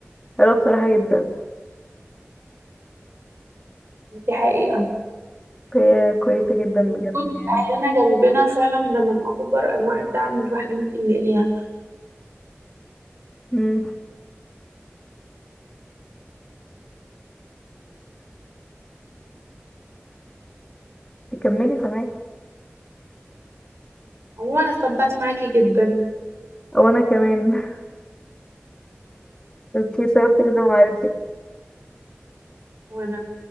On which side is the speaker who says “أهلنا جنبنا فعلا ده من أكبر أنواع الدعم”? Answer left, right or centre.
Right